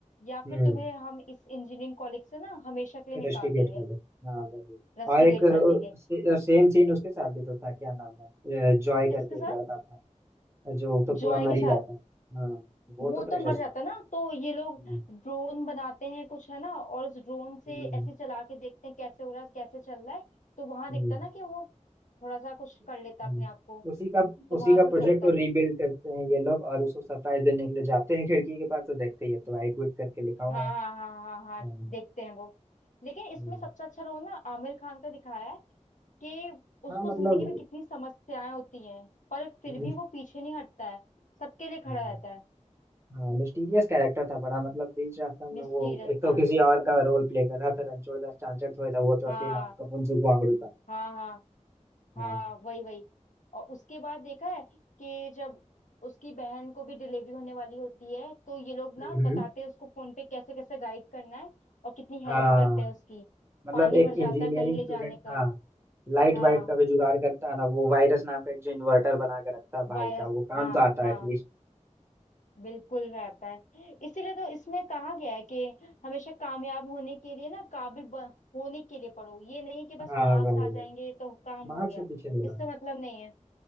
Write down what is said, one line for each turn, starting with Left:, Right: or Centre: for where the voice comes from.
Left: या
Right: हम्म
Left: फिर तुम्हें हम इस इंजीनियरिंग कॉलेज से ना हमेशा के लिए
Right: इन्वेस्टिगेट
Left: निकाल देंगे
Right: कर दो हाँ वही
Left: रस्टिकेट
Right: और एक अ,
Left: कर देंगे
Right: से, सेम सीन उसके साथ भी तो था क्या नाम है जॉय
Left: किसके
Right: करके
Left: साथ
Right: एक लड़का था जो तो
Left: जॉय
Right: पूरा मर
Left: के
Right: ही
Left: साथ
Right: जाता है हाँ वो
Left: वो
Right: तो प्रेशर
Left: तो मर
Right: से
Left: जाता
Right: मरता
Left: है ना तो ये लोग
Right: है। हम्म
Left: ड्रोन बनाते हैं कुछ है ना और उस ड्रोन से
Right: हम्म
Left: ऐसे चला के देखते हैं कैसे हो रहा है कैसे चल रहा है तो वहां
Right: हम्म
Left: दिखता है ना कि वो थोड़ा सा कुछ कर
Right: हम्म।
Left: लेता है अपने आप को
Right: उसी का
Left: तो
Right: उसी
Left: वहां
Right: का
Left: से
Right: प्रोजेक्ट
Left: चलता
Right: और
Left: है
Right: रीबिल्ड करते हैं ये लोग और उसको सरप्राइज देने के लिए जाते हैं खिड़की के पास तो देखते ही है तो आई क्विट करके लिखा हुआ
Left: हाँ
Right: है
Left: हाँ हाँ हाँ
Right: हम्म,
Left: हाँ देखते हैं वो लेकिन इसमें
Right: हम्म।
Left: सबसे अच्छा रोल ना आमिर खान का दिखाया है कि उसको
Right: हाँ मतलब
Left: जिंदगी में कितनी समस्याएं होती हैं पर फिर
Right: मिस-
Left: भी वो पीछे नहीं हटता है सबके लिए खड़ा
Right: हाँ
Left: रहता है
Right: हाँ मिस्टीरियस कैरेक्टर था बड़ा मतलब बीच रास्ता में
Left: मिस्टीरियस
Right: वो एक तो
Left: था
Right: किसी और का रोल प्ले कर रहा था रणछोड़ दास चांचर थोड़े था वो तो
Left: हाँ
Right: असली नाम उसका मुंसुक वांगड़ू था
Left: हाँ हाँ
Right: हाँ
Left: हाँ वही वही और उसके बाद देखा है कि जब उसकी बहन को भी डिलीवरी होने वाली होती है तो ये लोग ना
Right: हम्म
Left: बताते हैं उसको फोन पे कैसे कैसे गाइड करना है और कितनी हेल्प
Right: हाँ
Left: करते हैं उसकी
Right: मतलब
Left: पानी
Right: एक
Left: भर
Right: इंजीनियरिंग
Left: जाता है कहीं ले
Right: स्टूडेंट
Left: जाने
Right: हाँ
Left: का
Right: लाइट
Left: हाँ
Right: वाइट का जो जुगाड़ करता है ना वो वायरस नाम का एक जो इन्वर्टर बना के रखता है भाई
Left: वायरस
Right: साहब वो काम
Left: हाँ
Right: तो आता
Left: हाँ
Right: है एटलीस्ट
Left: बिल्कुल रहता है इसीलिए तो इसमें कहा गया है कि हमेशा कामयाब होने के लिए ना काबिल ब- होने के लिए पढ़ो ये नहीं कि बस
Right: हाँ
Left: मार्क्स
Right: वही
Left: आ जाएंगे
Right: वही
Left: तो काम
Right: मार्क्स
Left: हो गया
Right: से पीछे नहीं मारे
Left: इससे मतलब नहीं है